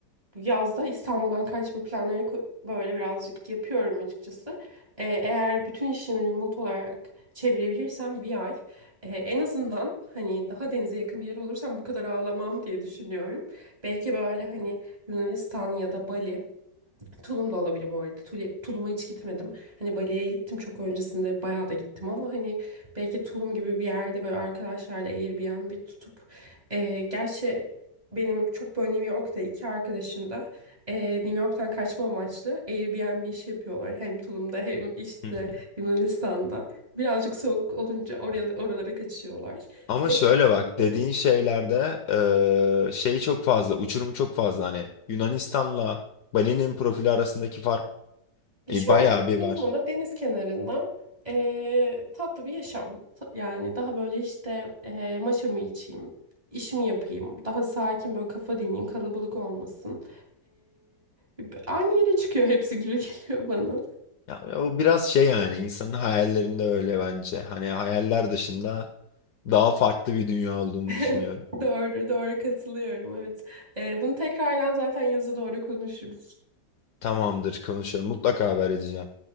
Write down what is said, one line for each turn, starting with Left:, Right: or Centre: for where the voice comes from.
Right: bu yazda İstanbul'dan kaçma planları ko- böyle birazcık yapıyorum açıkçası. Eee, eğer bütün işimi remote olarak çevirebilirsem bir ay eee, en azından hani daha denize yakın bir yer olursam bu kadar ağlamam diye düşünüyorum. Belki böyle hani Yunanistan ya da Bali Tulum da olabilir bu arada. Tuli- Tulum'a hiç gitmedim. Hani Bali'ye gittim çok öncesinde bayağı da gittim ama hani belki Tulum gibi bir yerde böyle arkadaşlarla Airbnb tutup e, gerçi benim çok böyle New York'ta iki arkadaşım da e, New York'tan kaçma amaçlı Airbnb işi yapıyorlar. Hem Tulum'da hem işte
Left: Hı hı.
Right: Yunanistan'da. Birazcık soğuk olunca oraya, oralara kaçıyorlar.
Left: Ama
Right: Belki
Left: şöyle
Right: öyle
Left: bak
Right: yaparım.
Left: dediğin şeylerde eee, şey çok fazla uçurum çok fazla hani Yunanistan'la Bali'nin profili arasındaki fark
Right: E Şöyle,
Left: e, bayağı bir
Right: en
Left: var.
Right: sonunda deniz kenarında eee, tatlı bir yaşam. Ta- Yani daha böyle işte eee maşamı içeyim, işimi yapayım, daha sakin böyle kafa dinleyeyim, kalabalık olmasın. Eee, aynı yere çıkıyor hepsi gibi <laughs> geliyor bana.
Left: Ya, o biraz şey yani insanın hayallerinde öyle bence. Hani hayaller dışında daha farklı bir dünya olduğunu
Right: <laughs>
Left: düşünüyorum.
Right: Doğru, doğru katılıyorum. Evet. Eee, bunu tekrardan zaten yaza doğru konuşuruz.
Left: Tamamdır konuşalım mutlaka haber edeceğim.